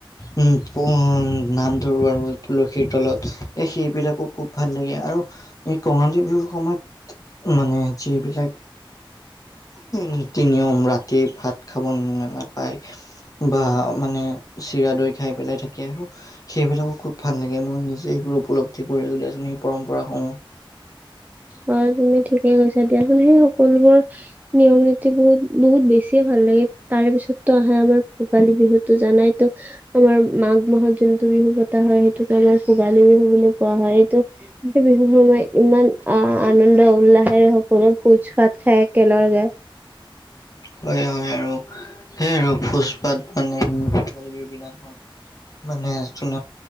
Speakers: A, on the left; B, on the right.
A: উম পো নাম ধৰোঁ আৰু তুলসীৰ তলত এই সেইবিলাকো খুব ভাল লাগে আৰু এই কঙালী বিহু সময়ত মানে যিবিলাক নীতি নিয়ম ৰাতি ভাত খাব ন নাপায় বা মানে চিৰা দৈ খাই পেলাই থাকি আৰু সেইবিলাকো খুব ভাল লাগে মই নিজে সেইবোৰ উপলব্ধি কৰিছোঁ দিয়াচোন সেই পৰম্পৰাসমূহ
B: অ তুমি ঠিকে কৈছা দিয়াচোন সেই সকলোবোৰ নিয়ম নীতি বহুত বহুত বেছিয়ে ভাল লাগে তাৰে পিছততো আহে আমাৰ ভোগালী বিহুতো জানাইতো আমাৰ মাঘ মাহত যোনটো বিহু পতা হয় সেইটোকে আমাৰ ভোগালী বিহু বুলি কোৱা হয় এইটো সেই বিহু সময় ইমান অ আনন্দ উল্লাহেৰে সকলো ভোজ ভাত খায় একেলগে
A: হয় হয় আৰু সেইয় আৰু ভোজ ভাত মানে ভোগালী বিহুৰ দিনাখন মানে যোন